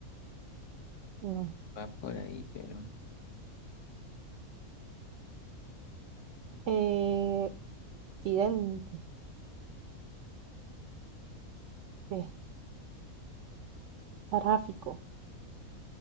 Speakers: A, on the right; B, on the left.
A: No.
B: va por ahí, pero
A: Eh, accidente, eh, tráfico.